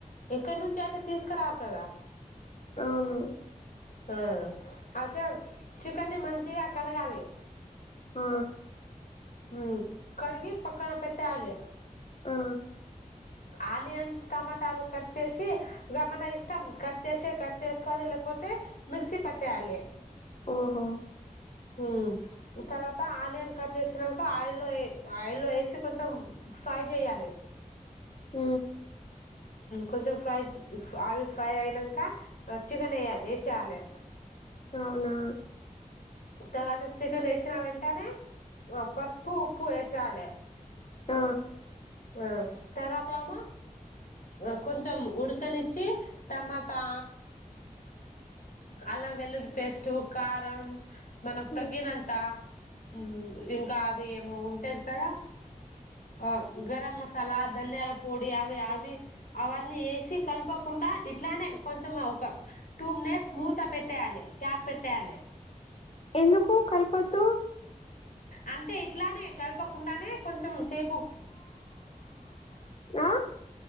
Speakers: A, on the left; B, on the left.
A: ఎక్క నుంచియితే తీసు కరారు కదా
B: అవును
A: ఆ అయితే చికెన్ని మంచిగా కడగాలి
B: ఆ
A: హ కడిగి పక్కన పెట్టే ఆలి
B: ఆ
A: ఆనియన్స్ టమాటాలు కట్ చేసి మన ఇష్టం కట్ చేసి కట్ చేసుకోవాలి లేకపోతే మిక్సీ పట్టయాలి
B: ఓహో
A: హ తర్వాత ఆనన్ కట్టే వచ్చాక ఆయిల్లో ఆయిల్లో వేసి కొంచెం ఫ్రై చేయాలి
B: అ
A: కొంచెం ఫ్రై అవి ఫ్రై అయినాక చికెన్ వ వేసేయాలి
B: అవునా
A: తర్వాత చికెన్ వేసినా వెంటనే పసుపు ఉప్పు వేసాలి
B: ఆ
A: ఆ తర్వాత అమ ఆ కొంచెం ఉడకనిచ్చి టమాటా అలా వెల్లుడి పేస్టు కారం మనకు
B: ఉమ్.
A: తగ్గినంత ఉ ఇంకా అది ఏమో ఉంటేది కదా ఆ గరం మసాలా ధనియాల పొడి అవి అవి అవన్నీ వేసి కలపకుండా ఇట్లానే కొంచం ఒక టూమ్ నే స్మూత్గా పెట్టేయాలి క్యాప్ పెట్టేయాలి
B: ఎందుకు కలిపొద్దు
A: అంటే ఇట్లానే కలపకుండానే కొంచెం సేపు
B: ఆ